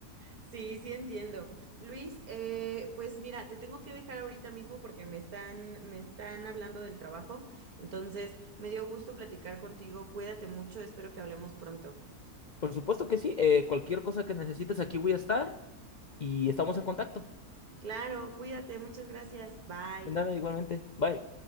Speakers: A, on the right (about 65°); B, on the left (about 75°).
A: Sí, sí entiendo. Luis, eh, pues mira, te tengo que dejar ahorita mismo porque me están, me están hablando del trabajo. Entonces, me dio gusto platicar contigo. Cuídate mucho, espero que hablemos pronto.
B: por supuesto que sí, eh, cualquier cosa que necesites aquí voy a estar y estamos en contacto.
A: Claro, cuídate, muchas gracias. Bye.
B: De nada, igualmente, bye.